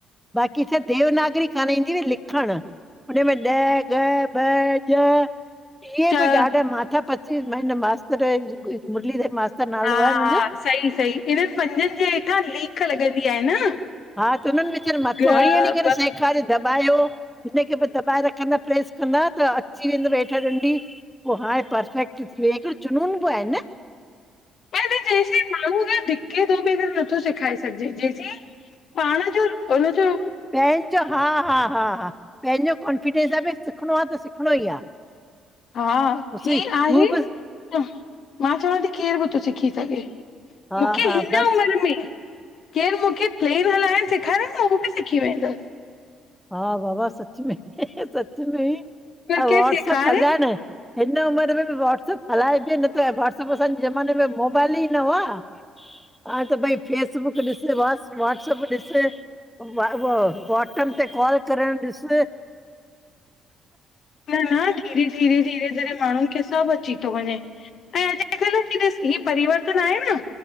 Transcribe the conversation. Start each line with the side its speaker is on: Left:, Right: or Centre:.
Centre: बाक़ी छा देवनागरी कान्ह ईंदी हुई लिखण हुन में ॾ ॻ ॿ ॼ इहे
Left: चओ
Centre: बि ॾाढा माथा पची हिन मास्तरु मुरलीधर मास्तर नालो
Left: हा,
Centre: आहे
Left: हा,
Centre: हुनन जो
Left: सही सही हिननि पंजनि जे हेठां लीक लॻंदी आहे न
Centre: हा त उन्हनि वेचारनि मथो
Left: ग ॿ
Centre: हणी हणी करे सेखारियनि दॿायो हिनखे बि दॿाए रखंदा प्रेस कंदा त अची वेंदव हेठि ॾंडी पो हाणे परफेक्ट थी वइयां हिकिड़ो जुनून बि आहे न
Left: पर बि जेसीं माण्हू न धिक के तो बि नथो सेखाए सघिजे जेसीं पाण जो उन्ह़ जो
Centre: पंहिंजो हा, हा, हा, हा पंहिंजो कॉन्फिडेंस आहे भई सिखणो आ त सिखणो ई आ
Left: हा
Centre: उसवी
Left: ही
Centre: तूं
Left: आहे
Centre: बि
Left: त मां चवां थी केर बि थो सिखी सघे
Centre: हा
Left: मूंखे
Centre: हा
Left: हिन
Centre: बसि
Left: उमिरि में केरु मूंखे प्लेन हलाइण सेखारे न हू बि सिखी वेंदस
Centre: हा बाबा सच में सच में इ
Left: पर
Centre: अ
Left: केरु
Centre: वॉट्सअप
Left: सेखारे
Centre: हलायण हिन उमिरि में बि वाट्सअप हलाइजे नथो अंए वाट्सअप असांजे ज़माने में मोबाइल ई न हुआ हाण त भई फेसबुक ॾिस व व्हाट्सअप ॾिस वा व वॉटसनि ते कॉल करणु ॾिसु
Left: न न धीरे-धीरे, धीरे करे माणहुन खे सभ अची तो वञे ऐं अॼुकल्ह जी रसती ही परिवर्तन आए न